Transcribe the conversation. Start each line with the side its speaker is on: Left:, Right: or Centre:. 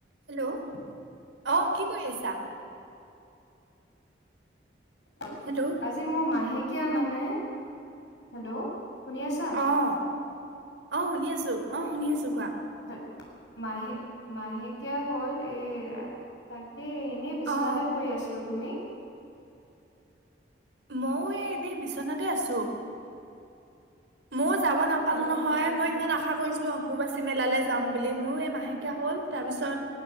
Right: Hello অ' কি কৰি আছা?
Left: অ'।
Right: হেল্ল'?
Left: আজি মোৰ মাহেকীয়া মানে, হেল্ল' শুনি আছা?
Right: অ', অ' শুনি আছোঁ, অ' শুনি আছোঁ কোৱা?
Left: হয়। মাহে মাহেকীয়া হ'ল এ তাকে এনে বিচনাতে
Right: অ
Left: পৰি আছিলোঁ। তুমি?
Right: মইও এই এনেই বিচনাতে আছোঁ। ময়ো যাব নাপালো
Left: অ',
Right: নহয়,
Left: অ'।
Right: মই ইমান আশা কৰিছিলোঁ। অ' অম্বুবাচি মেলালৈ যাম বুলি, মোৰো এই মাহেকীয়া হ'ল। তাৰপিছত